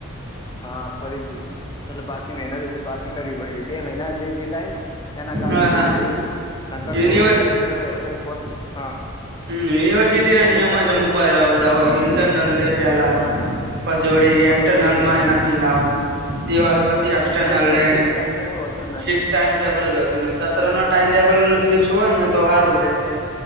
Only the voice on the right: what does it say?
હા
હા
યુનિવર્સ
મ યુનિવર્સિટી ના
નિયમો
જ મ મુકવા
ર એવા બધા
ઇન્ટરનલ લે પેલા
પછી વળી
એક્સટર્નલ
માં
એ નક્કી ના આવે દિવાળી પાછી
એા
ના લે
અને
ટાઈમ ટેબલ જ હતું ને સત્ર નો ટાઈમ ટેબલ ફિક્સ હોય ને તો સારું રે કે